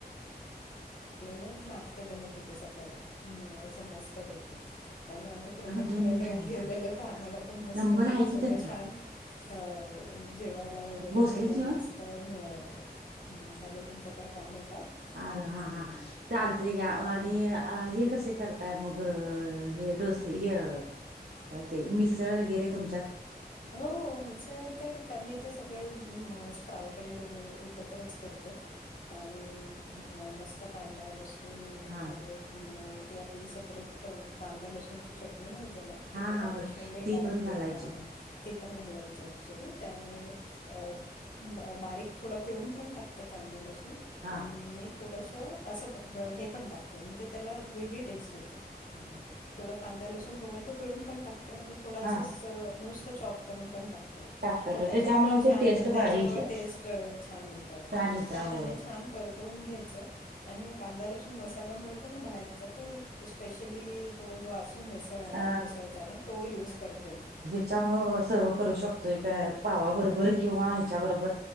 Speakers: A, on the left; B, on the right.
A: आलेलेच नाश्ते बनत होते सकाळी. म असं मस्तपैकी. आणि आम्ही प्रोजेक्ट
B: थांबा दोन
A: करायला
B: मिनिटं राहील
A: एव गेलेलो
B: थांबा
A: तर आम्हाला पण मस्त
B: नंबर
A: पैकी
B: आहे की
A: सगळं
B: त्यांचा
A: छान अ जेवायला वगैरे
B: भोसलेच
A: सगळं
B: ना
A: मस्त. तर मिळायल. हं, हॅलो तुमचं काय काम आहे का?
B: आल, हा
A: हम्म,
B: हा. चालतय की. आणि
A: हम्म.
B: हे कसे कर ताय मग अ हे डोसे य काय ते मिसळ वगैरे तुमच्यात? <inaudible>
A: हो मिसळ तर का मी ते सगळ अं स्प्राउटेड एकत्रच करते. आणि अं मस्त कांदा लस सून
B: हा
A: अ अं ते आपली सेपरेट कांदा लसूणची चटणी मिळते ना,
B: हा
A: ती ऍडिशनली
B: ती
A: टाकते.
B: पण घालायची.
A: हा. ती पण घालायची ॲक्च्युली. त्याने अ बारीक थोडं पिळून पण टाकते कांद्या लसून.
B: हा
A: आणि थोडस असं पण हे पण टाकते म्हणजे त्याला वेगळी टेस्ट येते. हं, थोड असं कांदा लसूण टोमॅटो लूनोमटो पिळून पण टाकते आणि थोड असं
B: हा
A: नुस त चॉप करून पण टाक ते.
B: टाकतात
A: तर त्याच्यामुळे
B: ते
A: छान
B: टेस्ट
A: त्याच्यामुळे
B: भारी येत्या.
A: टेस्ट छान येतं ॲक्च्युली.
B: छानयेत्या
A: छान
B: होय.
A: आणि छान परतवून घ्यायचं. आणि ह कांदा लसूून मसाला मिळतो ना बाहेरचा तो स्पेशली तो जो असो मिसळ
B: अ
A: मिसळचा ना तो युज करते मी.
B: त्याच्यामुळे सर्व करू शकतोय काय पावाबरोबर किंवा ह्याच्याबरोबर,